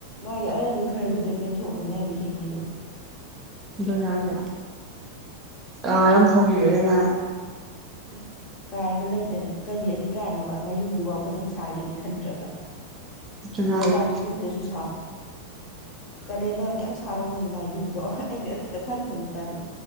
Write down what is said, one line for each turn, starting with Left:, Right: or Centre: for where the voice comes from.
Left: ꯃꯥꯒꯤ ꯑꯔꯩꯕ ꯈꯔꯗꯨꯗ ꯄꯦꯟꯊꯣꯛꯅꯅꯦ ꯍꯤꯡꯉꯤꯗꯣ
Right: ꯑꯗꯨꯅꯦ ꯍꯥꯏꯖꯦ ꯀꯥꯔ ꯑꯃ ꯊꯧꯒꯤꯕꯒꯤ ꯃꯥꯅ
Left: ꯎꯝ ꯀꯥꯔꯒ ꯂꯩꯗꯅ ꯀꯔꯤ ꯑꯗꯤꯀꯥꯔꯅꯣꯕ ꯃꯌꯨꯝꯗꯨꯐꯥꯎ ꯐꯖꯅ ꯁꯥꯒꯦꯗꯤ ꯈꯟꯗ꯭ꯔꯒ
Right: ꯑꯗꯨꯅ
Left: ꯂꯩꯕꯥꯛꯀꯤ
Right: ꯍꯥꯏꯁꯦ
Left: ꯌꯨꯝꯗꯁꯨ ꯁꯥꯥꯎ ꯀꯥꯂꯦꯟꯗꯒ ꯀꯌꯥꯝ ꯁꯥꯔꯝꯒꯅꯤ ꯃꯥꯏ ꯌꯨꯝꯗꯣ ꯑꯩꯗꯤ ꯑꯗꯨꯗ ꯈꯟꯕꯗ ꯇꯜꯂꯦ